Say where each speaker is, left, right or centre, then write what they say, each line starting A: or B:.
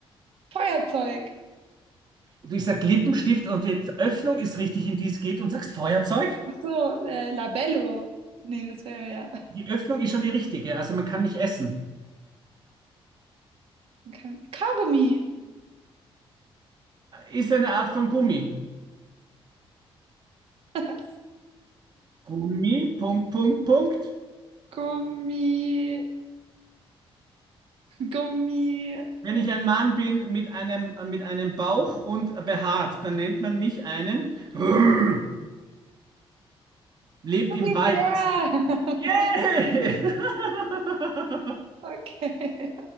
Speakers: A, on the right; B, on the right.
A: Feuerzeug?
B: Du- Ich sag Lippenstift und die Öffnung ist richtig, in die es geht und sagst Feuerzeug?
A: Ach so, äh, Labello. Nee, das wäre ja.
B: Die Öffnung ist schon die richtige, also man kann mich essen.
A: Okay. Kaugummi.
B: Ist eine Art von Gummi.
A: <laughs>
B: Gummi, Punkt, Punkt, Punkt.
A: Gummi. Gummi.
B: Wenn ich ein Mann bin mit einem, äh, mit einem Bauch und behaart, dann nennt man mich einen. <laughs> Lebt
A: Gummibär.
B: im Wald das Tier.
A: <laughs>
B: Yeah! <laughs>
A: Okay.